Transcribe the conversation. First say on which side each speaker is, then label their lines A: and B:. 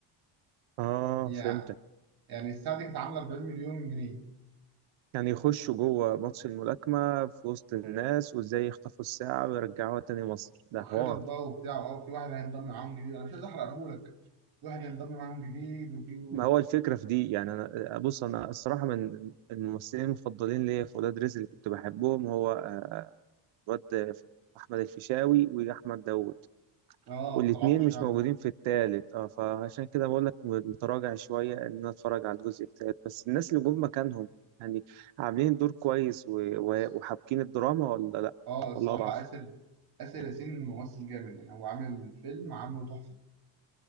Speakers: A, on the right; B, on the right.
A: اه
B: يعني
A: فهمت
B: يعني الساعة دي كانت عاملة 40 مليون جنيه
A: يعني يخشوا جوه ماتش الملاكمة في وسط الناس وازاي يخطفوا الساعة ويرجعوها تاني مصر ده
B: وخطط
A: حوار
B: بقى وبتاع اه في واحد هينضم معاهم جديد انا مش عايز احرقهولك في واحد هينضم معاهم جديد وفي
A: ما هو الفكرة في دي يعني أنا بص أنا الصراحة من الممثلين المفضلين ليا في ولاد رزق اللي كنت بحبهم هو آه، الواد أحمد الفيشاوي وأحمد داوود
B: اه
A: والاتنين
B: ما طلعوش
A: مش
B: فعلا
A: موجودين في التالت اه فعشان كده بقول لك متراجع شوية إن أنا أتفرج على الجزء التالت بس الناس اللي جم مكانهم يعني عاملين دور كويس و- و-
B: بس
A: وحابكين الدراما ولا لأ
B: اه الصراحه
A: ولا أضعف؟
B: اسر اسر ياسين ممثل جامد يعني هو عامل فيلم عامله تحفه